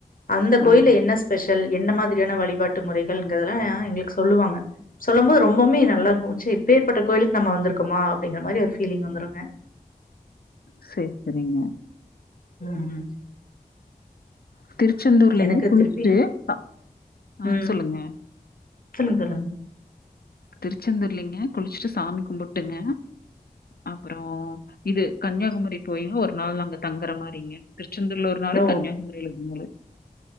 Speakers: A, on the left; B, on the left.
A: அந்த கோயில்ல
B: ஆமாங்க.
A: என்ன ஸ்பெஷல் என்ன மாதிரியான வழிபாட்டு முறைகளுங்கறது எல்லா எங்களுக்கு சொல்லுவாங்க சொல்லும் போது ரொம்பவுமே நல்லா இருக்கும் ச்ச இப்பேற்பட்ட கோயிலுக்கு நம்ம வந்திருகோமா அப்படிங்கிற மாரி ஒரு ஃபீலிங் வந்துருங்க
B: சேர் சரிங்க
A: ம் ம்
B: திருச்செந்தூர்லேங்க
A: எனக்கு
B: குளிச்சுட்டு
A: திருப்பி
B: த ஆ
A: ம்
B: சொல்லுங்க
A: சொல்லுங்க சொல்லுங்
B: திருச்செந்தூர்லிங்க குளிச்சுட்டு சாமி கும்புட்டுங்க அப்பற இது கன்னியாகுமரி போயு ஒரு நாள் நாங்க தங்குற மாரிங்க திருச்செந்தூருல ஒரு நாளு
A: ஓ!
B: கன்னியாகுமரியில இன்னொரு நாள்